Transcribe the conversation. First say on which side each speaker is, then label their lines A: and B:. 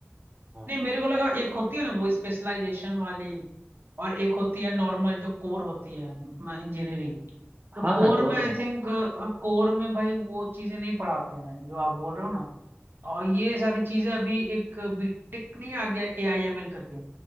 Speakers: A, on the right; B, on the right.
A: हाँ
B: नहीं मेरे को लगा एक होती है ना वो स्पेशलाइजेशन वाली और एक होती है नॉर्मल जो कोर होती है इंजीनियरिंग तो
A: हाँ हाँ
B: कोर
A: दोनों
B: में आई थिंक कोर में भाई वो चीजें नहीं पढ़ाते हैं जो आप बोल रहे हो ना और ये सारी चीजें अभी एक बीटेक नहीं आ गया ए आई एम एल करके